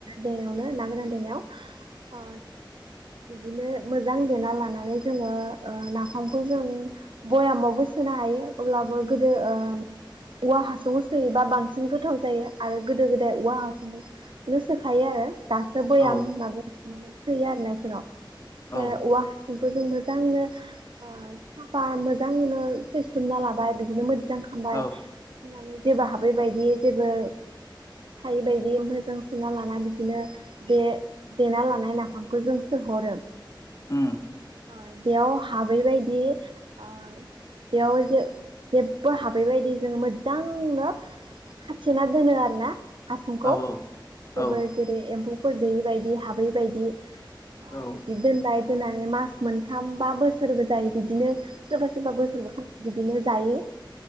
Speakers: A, on the right; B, on the left.
A: देयावनो ना गोरान देनायाव अ। बिदिनो मोजां देना लानानै जोङो ओ नाफामखौ जों भयामावबो सोनो हायो अब्लाबो गोदो ओ औवा हासुङव सोयोबा बांसिन गोथाव जायो। आरो गोदो गोदाय औवा हासुंखौनो सोखायो आरो दासो बयाम
B: औ
A: माबा सोयो आरो नाखुनाव
B: औ
A: औव सुंखौ जों मोजांनो ओ साफा मोजांनो सैसथुमना लाबाय बिदिनो मो मोजां खमबाय
B: औ
A: जेबो हाबै बायदि जेबो थायै बायदि दि ओमफ्राय जों सुना लाना बिदिनो बे देना लानाय नाफामखौ जों सोहरो।
B: उम
A: अ बेयाव हाबैबायायदि अ बेयाव जे जेबो हाबैबायायदि जों मोजांनो। हाथिना दोनो आरो ना हा। सुंखौ
B: औ
A: जेबो
B: औ
A: जेरै एम्फौफोर दैयै बायदि हाबै बायदि। अ
B: औ
A: बिदि दोनबाय दोननानै मास मोनथाम बा बोसोरबो जायो बिदिनो। सोरबा सोरबा बोसोरबोखान बिदिनो जायो।